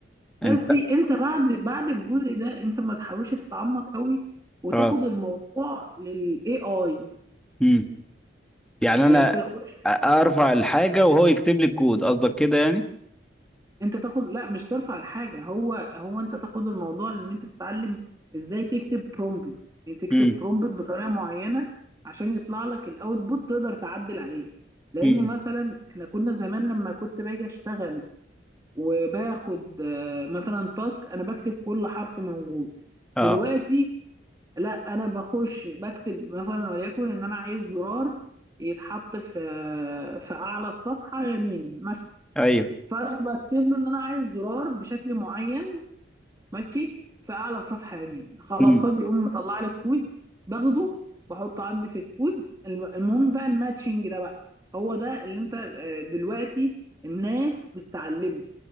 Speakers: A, on the right; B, in the centre.
A: بس
B: انت
A: انت بعد بعد الجزء ده انت ما تحاولش تتعمق قوي وتاخد
B: اه
A: الموضوع للاي اي
B: امم يعني انا
A: انت تاخدش
B: ارفع الحاجه وهو يكتب لي الكود قصدك كده يعني
A: انت تاخد لا مش ترفع الحاجه هو هو انت تاخد الموضوع لان انت تتعلم ازاي تكتب برومبت يعني تكتب
B: امم
A: برومبت بطريقه معينه عشان يطلع لك الاوتبوت تقدر تعدل عليه لان
B: امم
A: مثلا احنا كنا زمان لما كنت باجي اشتغل وباخد آه، مثلا تاسك انا بكتب كل حرف موجود
B: اه
A: دلوقتي لا انا بخش بكتب مثلا وليكن ان انا عايز زرار يتحط في آه، في اعلى الصفحه يمين مثلا
B: ايوه
A: فانا بكتب له ان انا عايز زرار بشكل معين ماشي في اعلى الصفحه يمين خلاص
B: امم
A: هو بيقوم مطلع لي الكود باخده بحطه عندي في الكود الم- المهم بقى الماتشنج ده بقى هو ده اللي انت آه، دلوقتي الناس بتتعلمه